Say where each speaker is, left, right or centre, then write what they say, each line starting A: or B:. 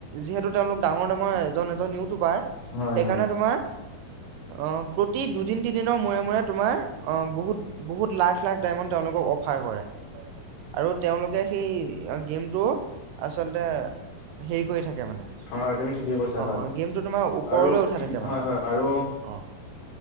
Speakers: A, on the right; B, on the left.
A: যিহেতু তেওঁলোক ডাঙৰ ডাঙৰ এজন এজন ইউটিউবাৰ
B: হয়
A: সেইকাৰণে
B: হয়
A: তোমাৰ- অঁ, প্ৰতি দুদিন তিনিদিনৰ মূৰে মূৰে তোমাৰ অঁ বহুত বহুত লাখ লাখ ডাইমণ্ড তেওঁলোকক অফ- ফাৰ কৰে। আৰু তেওঁলোকে সেই গেমটো আচলতে হেই কৰি থাকে মানে অ',
B: হয় তুমি ঠিকেই কৈছা হয়
A: অ', গেমটো তোমাৰ ওপৰলৈ
B: আৰু
A: উঠাই থাকে
B: হয়
A: মানে
B: হয় আৰু
A: অ'।